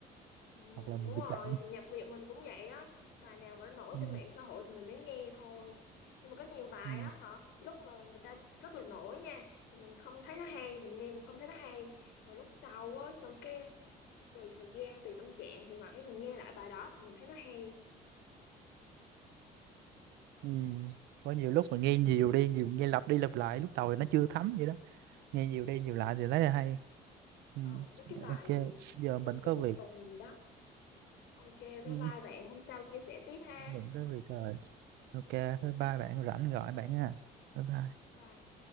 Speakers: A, on the left; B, on the right.
A: ừm,
B: hoặc là mình
A: đúng
B: bị
A: rồi
B: chậm.
A: thì nhạc Việt mình cũng vậy á bài nào mà nó nổi
B: Ừ.
A: trên mạng xã hội thì mình mới nghe thôi nhưng mà có nhiều bài
B: Ừ.
A: á hả lúc mà người ta rất là nổi nha thì mình không thấy nó hay mình nghe mình không thấy nó hay mà lúc sau á xong cái tùy thời gian tùy tâm trạng thì phải mình nghe lại bài đó thì mình thấy nó hay
B: Ừ. Có nhiều lúc mà nghe nhiều đi nhiều nghe lặp đi lặp lại lúc đầu thì nó chưa thấm vậy đó nghe nhiều đi nhiều lại thì thấy là hay ừ.
A: ừ mấy cái bài
B: Ok
A: gì
B: giờ
A: tùng
B: mình
A: tùng
B: có
A: tùng
B: việc
A: tùng gì đó ok bye
B: Ừ.
A: bye bạn hôm sau chia sẻ tiếp ha
B: mình có việc rồi ok bye
A: ừ
B: bye bạn rảnh gọi bạn nha bye bye
A: bye bye.